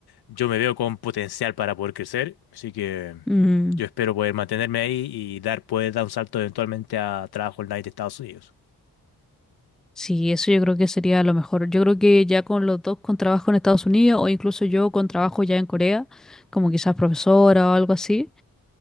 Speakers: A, on the left; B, in the centre.
A: yo me veo con potencial para poder crecer, así que
B: Mm,
A: yo espero poder mantenerme ahí y dar, poder dar un salto eventualmente a trabajo online de Estados Unidos.
B: sí, eso yo creo que sería lo mejor. Yo creo que ya con los dos con trabajo en Estados Unidos o incluso yo con trabajo ya en Corea, como quizás profesora o algo así.